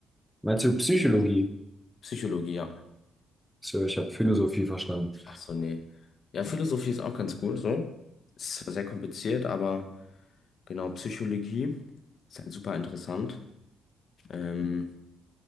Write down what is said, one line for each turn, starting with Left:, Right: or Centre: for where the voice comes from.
Centre: Meinst du Psychologie?
Left: Psychologie, ja.
Centre: So, ich habe Philosophie verstanden.
Left: Ach so, nee. Ja, Philosophie ist auch ganz cool, so. Ist zwar sehr kompliziert, aber genau, Psychologie ist halt super interessant. Ähm,